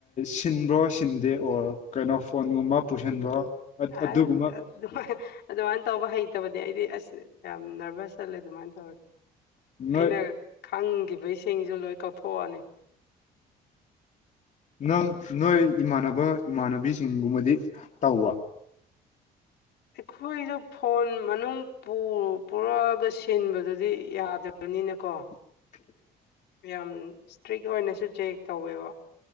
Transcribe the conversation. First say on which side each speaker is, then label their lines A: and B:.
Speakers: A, on the left; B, on the left.
A: ꯁꯤꯟꯕ꯭ꯔꯣ ꯁꯤꯟꯗꯦ ꯑꯣꯔ ꯀꯩꯅꯣ ꯐꯣꯟꯒꯨꯝꯕ ꯄꯨꯁꯤꯟꯕ꯭ꯔꯣ
B: <unintelligible>
A: ꯑꯗꯨꯒꯨꯝꯕ
B: ꯑꯗꯨꯃ ꯑꯗꯨꯃꯥꯏꯅ ꯇꯧꯕ ꯍꯩꯇꯕꯅꯦ ꯑꯩꯗꯤ ꯑꯁ ꯌꯥꯝ ꯅꯔꯚꯁ ꯆꯠꯂꯦ ꯑꯗꯨꯃꯥꯏꯅ ꯇꯧꯔꯗꯤ
A: ꯅꯣꯏ
B: ꯑꯩꯅ ꯈꯪꯈꯤꯕꯁꯤꯡꯁꯨ ꯂꯣꯏ ꯀꯧꯊꯣꯛꯑꯅꯤ
A: ꯅꯪ ꯅꯣꯏ ꯏꯃꯥꯟꯅꯕ ꯏꯃꯥꯟꯅꯕꯤꯁꯤꯡꯒꯨꯝꯕꯗꯤ ꯇꯧꯕ
B: ꯑꯩꯈꯣꯏꯗꯣ ꯐꯣꯟ ꯃꯅꯨꯡ ꯄꯨꯔꯛꯑꯒ ꯁꯤꯟꯕꯗꯗꯤ ꯌꯥꯗꯕꯅꯤꯅꯀꯣ
A: <unintelligible>
B: ꯌꯥꯝ ꯏꯁꯇ꯭ꯔꯤꯛ ꯑꯣꯏꯅꯁꯨ ꯆꯦꯛ ꯇꯧꯋꯦꯕ